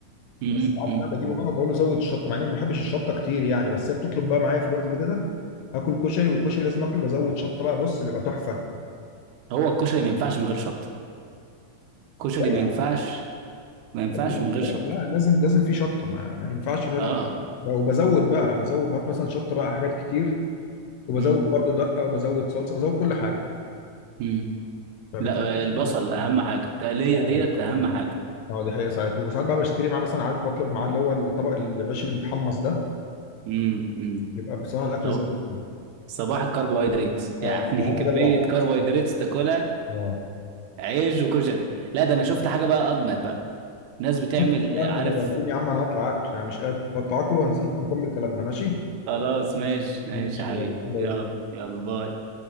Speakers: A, on the right (about 80°); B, on the left (about 75°).
A: امم
B: بس عارف
A: امم
B: بقى بجيبه
A: أمم.
B: بقى وبقول له زود الشطه مع اني ما بحبش الشطه كتير يعني بس هي بتطلب بقى معايا في الوقت ده كده هاكل كشري والكشري لازم اكله بزود شطه بقى بص بيبقى تحفه
A: هو الكشري ما ينفعش من غير شطه الكشري
B: لا
A: ما
B: يا-
A: ينفعش ما ينفعش
B: ايوه
A: من
B: أنا
A: غير
B: بقولك
A: شطه
B: لا لازم لازم في شطه ما, ما ينفعش فعلا
A: اه
B: وبزود بقى بزود بحط مثلا شطه بقى حاجات كتير وبزود
A: امم
B: برضو دقه وبزود صلصه بزود كل حاجه
A: امم
B: فبتلاقي
A: لا
B: اصلا
A: آه، البصل
B: بيطلع-
A: اهم حاجه التقليه
B: اه
A: ديت اهم
B: اه
A: حاجه
B: اه دي حقيقه ساعات وساعات بقى بشتري معاه مثلا عارف بطلب معاه اللي هو الطبق العيش اللي متحمص ده
A: امم امم
B: بيبقى بصراحه الاكل
A: صب-
B: زي الفل
A: صباح الكربوهيدرات يعني
B: اه انت يا
A: <laughs>
B: عم
A: كميه
B: جوعتني
A: كربوهيدرات
B: اصلا
A: تاكلها
B: اه
A: عيش وكشري لا ده انا شفت حاجه بقى اجمد بقى ناس بتعمل
B: لا انت
A: عارف
B: جوعتني يا عم انا هطلع اكل انا مش قادر هطلع اكل وانزل لك نكمل كلامنا ماشي
A: خلاص ماشي ماشي
B: ماشي
A: يا حبيبي
B: يلا باي
A: يلا يلا باي